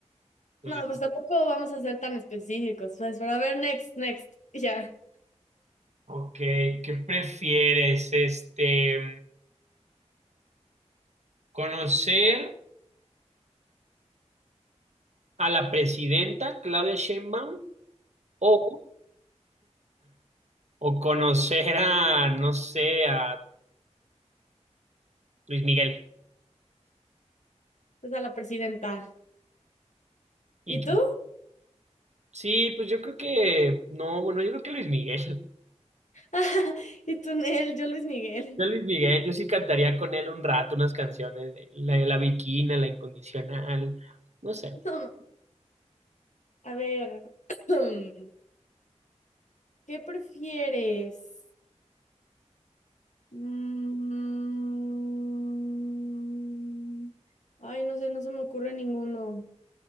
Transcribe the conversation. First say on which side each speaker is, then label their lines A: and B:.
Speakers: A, on the right; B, on the left.
A: pues,
B: No,
A: de-
B: pues tampoco vamos a ser tan específicos. Pues, pero a ver, next, next. Y Ya,
A: ok, ¿qué prefieres, este, conocer? a la presidenta Claudia Sheinbaum o, o conocer a, no sé, a Luis Miguel.
B: pues a la presidenta.
A: Y
B: ¿Y tú?
A: sí, pues yo creo que, no, bueno, yo creo que Luis Miguel. <laughs>
B: <laughs> ¿Y tú, Nel? Yo, Luis Miguel.
A: Yo Luis
B: <laughs>
A: Miguel, yo sí cantaría con él un rato unas canciones de La, la Bikina, La Incondicional, no sé.
B: No, a ver, <clears throat> ¿qué prefieres? Mm. Ay, no sé, no se me ocurre ninguno.